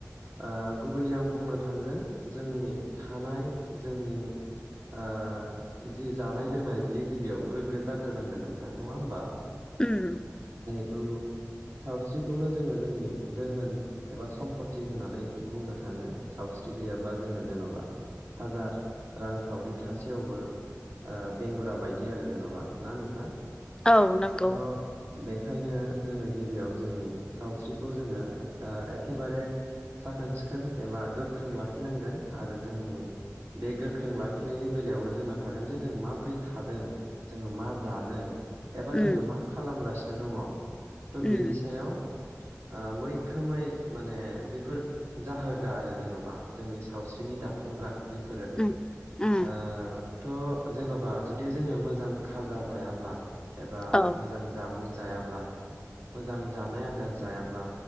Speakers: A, on the right; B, on the left.
A: ओ गुबैयै आं बुंनो थांगोन जोंनि थानाय जोंनि ओ जि जानाय लोंनाय बियो गिबियाव गोग्गो जाग्रोनांगोन नोंथां, नङा होमबा?
B: उम।
A: <unintelligible> सावस्रिखौनो जोङो जोंनि दोहोन एबा सम्पति होननानै बुंनो थाङो। सावस्रि स्रि गैयाब्ला जोङो जेन'बा हाजार रांखावरि थासेयावबो ओ‌ बेंगुरा बायदि आरो जेन'बा, ना नोंथां?
B: औ नंगौ।
A: थ' बेखायनो जोङो गिबियाव जोंनि सावस्रिखौ जोङो ओ एखेबारे साखोन सिखोन एबा गोख्रों लाखिनांगोन आरो जोंनि बे गोख्रों लाखिनायनि बेलायावनो जोंना थागोन जे जों माबोरै थादों? जोङो मा जादों? एबा
B: उम
A: जोङो मा खालामगासिनो दङ? थ' बेनि
B: उम
A: सायाव
B: <unintelligible>
A: ओ मैखोमै माने बेफोर जाहोग्रा आरो जेन'बा जोंनि सावस्रिनि दाफुंग्रा। बेफोरो।
B: उम उम
A: ओ थ' जेन'बा जुदि जोङो मोजां खाजा जायाब्ला एबा
B: औ
A: मोजां जामुं जायाब्ला मोजां जानाय आदार जायाब्ला